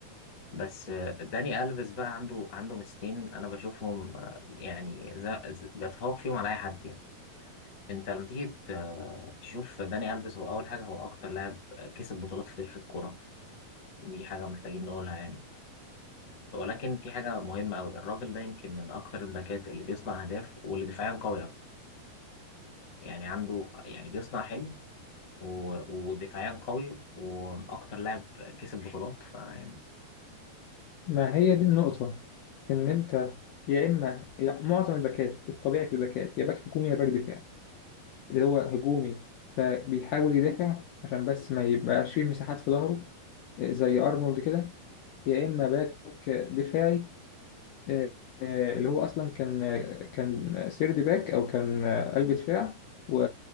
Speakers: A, on the left (about 40°); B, on the left (about 75°).
A: بس آه، داني ألفيس بقى عنده عنده ميزتين انا بشوفهم آه، يعني ز- ز- بيتفوق فيهم على اي حد يعني انت لما تيجي ت- آه، تشوف داني ألفيس هو اول حاجه هو اكتر لاعب كسب بطولات في تاريخ الكوره دي حاجه محتاجين نقولها يعني ولكن في حاجه مهمه قوي الراجل ده يمكن من اكتر الباكات اللي بيصنع اهداف واللي دفاعيا قوي أوي. يعني عنده يعني بيصنع حلو و- ودفاعيا قوي واكتر لاعب كسب بطولات فيعني
B: ما هي دي النقطه ان انت يا اما يا- معظم الباكات الطبيعي في الباكات يا باك هجومي يا باك دفاعي اللي هو هجومي فبيحاول يدافع عشان بس ما يبقاش فيه مساحات في ظهره آه، زي ارنولد كده يا اما باك دفاعي آه، آه، اللي هو اصلا كان كان سيرد باك او كان آه، قلب دفاع و